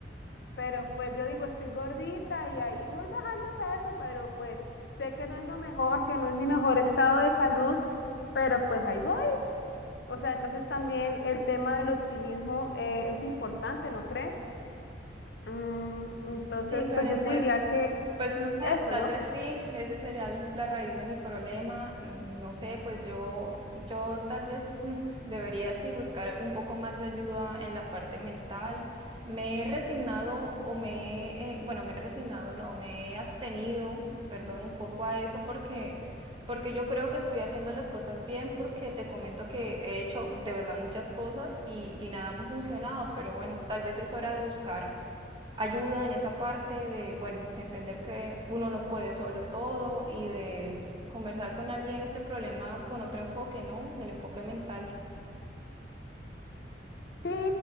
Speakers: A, on the left (about 65°); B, on the right (about 25°).
A: Pero pues yo digo, estoy gordita y ahí voy bajando de peso, pero pues sé que no es lo mejor, que no es mi mejor estado de salud, pero pues ahí voy. O sea, entonces también el tema del optimismo eh, es importante, ¿no crees? Mm, entonces,
B: Sí, Karen,
A: pues yo te
B: pues,
A: diría que
B: pues no sé,
A: eso,
B: tal
A: ¿no?
B: vez sí, ese sería el- la raíz de mi problema. mm, No sé, pues yo, yo tal vez mm, debería sí buscar un poco más de ayuda en la parte mental. Me he resignado o me, he, eh, bueno, me he resignado, no, me he abstenido, perdón, un poco a eso porque, porque yo creo que estoy haciendo las cosas bien, porque te comento que he hecho de verdad muchas cosas y, y nada me ha funcionado, pero bueno, tal vez es hora de buscar ayuda en esa parte de, bueno, entender que uno no puede solo todo y de conversar con alguien este problema con otro enfoque, ¿no? El enfoque mental.
A: Sí,